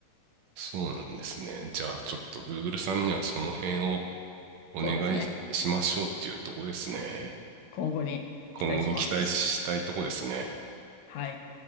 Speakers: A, on the right (about 75°); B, on the left (about 85°).
A: そうなんですね。じゃあ、ちょっと Google さんにはその辺をお願いしましょうっていうとこですね。
B: そうですね。今後に期待します。
A: 今後に期待したいとこですね。
B: はい。